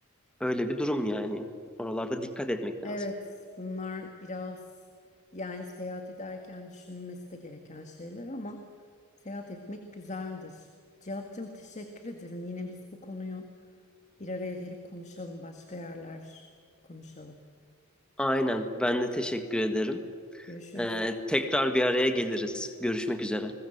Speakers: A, in the centre; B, on the left.
A: Öyle bir durum yani. Oralarda dikkat etmek
B: Evet,
A: lazım.
B: bunlar biraz yani seyahat ederken düşünülmesi de gereken şeyler ama seyahat etmek güzeldir. Cihat'cığım teşekkür ederim. Yine biz bu konuyu bir araya gelip konuşalım. Başka yerler konuşalım.
A: Aynen. Ben de teşekkür ederim.
B: Görüşürüz.
A: E, tekrar bir araya geliriz. Görüşmek üzere.